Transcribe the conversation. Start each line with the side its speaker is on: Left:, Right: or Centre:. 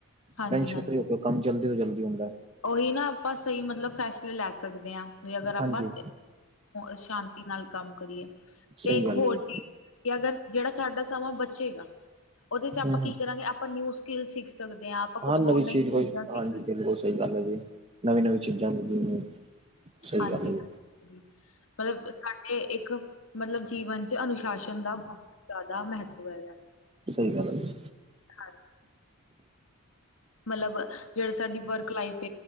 Left: ਹਾਂਜੀ
Right: ਟੈਸਟ
Left: ਹਾਂਜੀ।
Right: ਫਰੀ ਹੋਕੇ ਕੰਮ ਜਲਦੀ ਤੋਂ ਜਲਦੀ ਹੁੰਦਾ।
Left: ਉਹੀ ਨਾ ਆਪਾਂ ਸਹੀ ਮਤਲਬ ਫੈਸਲੇ ਲੈ ਸਕਦੇ ਹਾਂ, ਵੀ ਅਗਰ ਆਪਾਂ
Right: ਹਾਂਜੀ
Left: ਸ਼ਾਂਤੀ ਨਾਲ ਕੰਮ ਕਰੀਏ, ਤੇ
Right: ਸਹੀ
Left: ਇੱਕ
Right: ਗੱਲ
Left: ਹੋਰ
Right: ਹੈ
Left: ਚੀਜ਼ ਕਿ ਅਗਰ ਜਿਹੜਾ ਸਾਡਾ ਸਮਾਂ ਬਚੇਗਾ। ਉਹਦੇ ਚ
Right: ਹੂੰ-ਹੂੰ
Left: ਆਪਾਂ ਕੀ ਕਰਾਂਗੇ, ਆਪਾਂ ਨਿਊ ਸਕਿੱਲ ਸਿੱਖ ਸਕਦੇ ਹਾਂ, ਆਪਾਂ ਕੁਛ
Right: ਨਵੀਂ
Left: ਹੋਰ ਨਵੀ
Right: ਚੀਜ਼
Left: ਚੀਜ਼ਾਂ
Right: ਕੋਈ
Left: ਸਿੱਖ
Right: ਹਾਂਜੀ
Left: ਸਕ
Right: ਬਿਲਕੁਲ ਸਹੀ ਗੱਲ ਹੈ, ਜੀ ਨਵੀਂ ਨਵੀਂ ਚੀਜ਼ਾਂ ਹੁੰਦੀਆਂ ਨੇ। ਸਹੀ
Left: ਹਾਂਜੀ
Right: ਗੱਲ ਹੈ ਜੀ
Left: ਹਾਂਜੀਾਂਜੀ ਮਤਲਬ ਸਾਡੇ ਇੱਕ ਮਤਲਬ ਜੀਵਨ ਚ ਅਨੁਸ਼ਾਸਨ ਦਾ ਬਹੁਤ ਜ਼ਿਆਦਾ ਮਹੱਤਵ ਹੈਗਾ
Right: ਸਹੀ ਗੱਲ ਆ ਜੀ
Left: ਹਾਂਜੀ ਮਤਲਬ ਜਿਹੜੀ ਸਾਡੀ ਵਰਕ ਲਾਈਫ